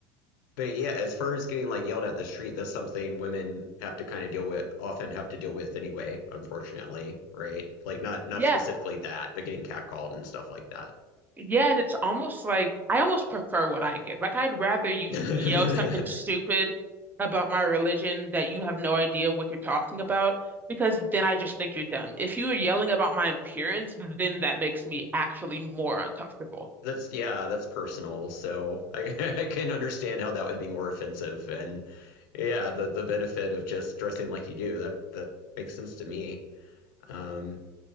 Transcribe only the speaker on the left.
but yeah, as far as getting like yelled at in the street, that's something women have to kind of deal with, often have to deal with anyway, unfortunately, right? Like not
not
specifically that, but getting catcalled and stuff like that.
<laughs> yeah,
that's yeah, that's personal. So I, <laughs> I can understand how that would be more offensive, and yeah, the the benefit of just dressing like you do that that makes sense to me. Um,